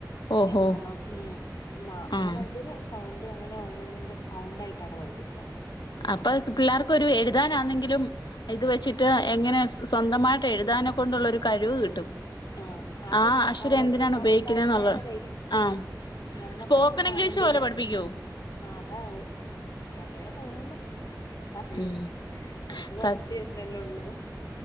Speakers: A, on the left; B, on the left.
A: ഓഹോ
B: എം ഉം അങ്ങനെ
A: ആഹ്
B: എന്ത സൗണ്ട് അങ്ങനെ ഓരോന്നിന്റെ സൗണ്ട് ആയിട്ടാണ് പഠിപ്പിക്കുക
A: അപ്പൊ പിള്ളേർക്കൊ ഒരു എഴുതാനാന്നെങ്കിലും ഇത് വെച്ചിട്ട് എങ്ങനെ സ്വന്തമായിട്ട് എഴുതാനെ കൊണ്ടുള്ള ഒരു കഴിവ് കിട്ടും
B: ആഹ് അതല്ല
A: ആഹ് അക്ഷരം
B: അവർക്ക്
A: എന്തിനാണ്
B: സംസാരിക്കാനല്ല
A: ഉപയോഗിക്കുന്നെന്നുള്ളത്
B: കഴിയും
A: ആഹ്
B: ഞമ്മക്കൊന്നും
A: സ്പോക്കൺ
B: സൗണ്ടില്ല
A: ഇംഗ്ലീഷ് പോലെ പഠിപ്പിക്കോ
B: ആഹ് അതാവും അങ്ങനെയ തോന്നന്ന് അറി
A: ഉം
B: നമ്മൾത്
A: സ
B: പഠിച്ചു തരുന്നല്ലേള്ളൂ